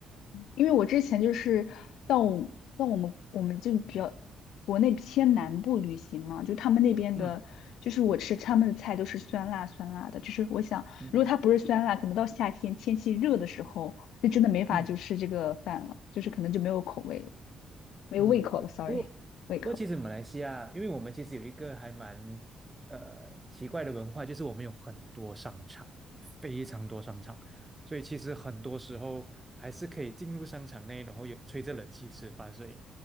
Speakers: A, on the left (about 80°); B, on the right (about 15°).
A: 因为我之前就是到我到我们我们就比较国内偏南部旅行嘛，就他们那边的，
B: 嗯
A: 就是我吃他们的菜都是酸辣酸辣的，就是我想如果它不是酸辣，
B: 嗯
A: 可能到夏天天气热的时候，就真的没法就吃这个饭了，
B: 嗯。
A: 就是可能就没有口味了，没有胃口了，sorry，
B: 嗯，不过
A: 胃口。
B: 不过，其实马来西亚，因为我们其实有一个还蛮呃奇怪的文化，就是我们有很多商场，非常多商场，所以其实很多时候还是可以进入商场内，然后有吹着冷气吃饭，所以